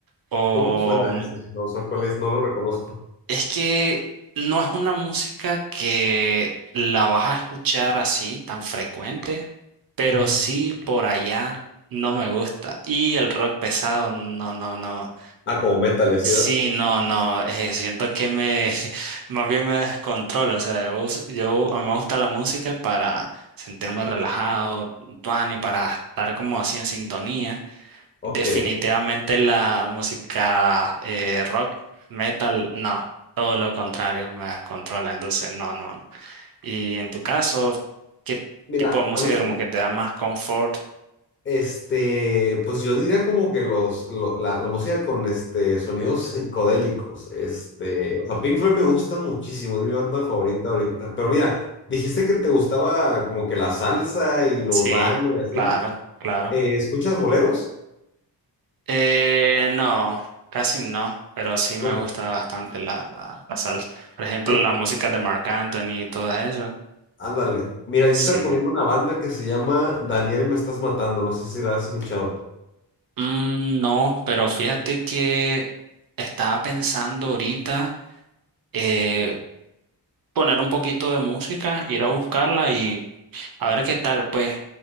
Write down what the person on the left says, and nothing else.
¿Cómo suena
ese? O sea, ¿cuál es? No lo reconozco.
Ujú.
Ah, como metal y así,
¿verdad?
Ok.
Mira,
a mí sí.
Este, pues yo diría como que los, lo- la, la música con este, sonidos psicodélicos, este, o sea, Pink Floyd me gusta muchísimo, es mi banda favorita ahorita, pero mira, dijiste que te gustaba como que la salsa y lo
urbano y así,
¿no?
Eh, ¿escuchas boleros?
Bueno,
ay,
ándale, mira,
yo te recomiendo una banda que se llama Daniel Me Estás Matando, no sé si la has escuchado.